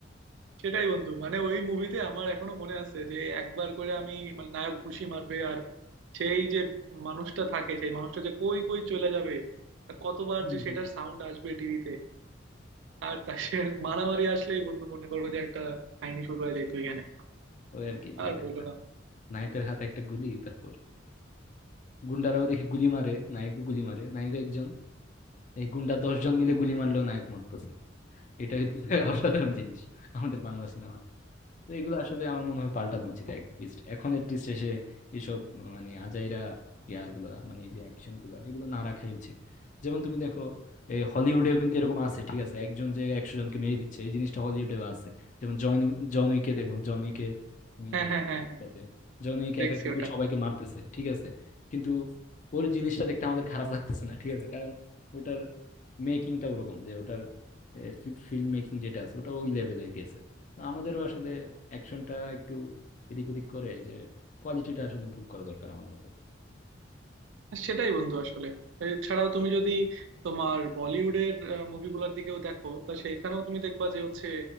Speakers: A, on the right; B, on the left.
A: সেটাই বন্ধু মানে ওই মুভিতে আমার এখনো মনে আছে যে একবার করে আমি মানে নায়ক ঘুষি মারবে সেই যে মানুষটা থাকে সেই মানুষটা যে কই কই চলে যাবে আর কতবার
B: হম
A: যে সেটার
B: হম
A: সাউন্ড আসবে টিভিতে আর তার সে মারামারি আসলেই বন্ধু মনে করো যে একটা কাহিনী শুরু হয়ে যায় তো এখানে
B: ওই আর কি যে
A: আর
B: দেখলাম
A: বললো না
B: নায়কের হাতে একটা গুলি তারপর গুন্ডারাও দেখি গুলি মারে নায়কও গুলি মারে নায়ক একজন এই গুন্ডা দশ জন মিলে গুলি মারলেও নায়ক মরতেছে না এটা হচ্ছে <laughs> অসাধারণ জিনিস আমাদের বাংলা সিনেমা তো এগুলো আসলে আমার মনে হয় পাল্টানো উচিত অ্যাটলিস্ট এখন অ্যাটলিস্ট এসে এসব মানে আজাইরা ইয়াগুলা মানে এই যে অ্যাকশন গুলা এগুলো না রাখাই উচিত যেমন তুমি দেখো এই হলিউডেও কিন্তু এরকম আছে ঠিক আছে একজন যে একশো জনকে মেরে দিচ্ছে এই জিনিসটা হলিউডেও আছে যেমন জন জন উইকে দেখো জন উইকে তুমি
A: হ্যাঁ
B: দেখো
A: হ্যাঁ হ্যাঁ হ্যাঁ
B: যাতে জন উইক
A: দেখছি
B: একা কিন্তু
A: ওটা
B: সবাইকে মারতেছে ঠিক আছে কিন্তু ওর জিনিসটা দেখতে আমাদের খারাপ লাগতেছে না ঠিক আছে কারণ ওটার মেকিংটা ওরকম যে ওটার ফিল্ম মেকিং যেটা আছে ওটা ওই লেভেলে গেছে তো আমাদেরও আসলে অ্যাকশনটা একটু এদিক ওদিক করে যে কোয়ালিটিটা আসলে ইমপ্রুভ করা দরকার আমার মতে
A: সেটাই বন্ধু আসলে এছাড়াও তুমি যদি তোমার বলিউডের আহ, মুভিগুলোর দিকেও দেখো তা সেইখানেও তুমি দেখবা যে হচ্ছে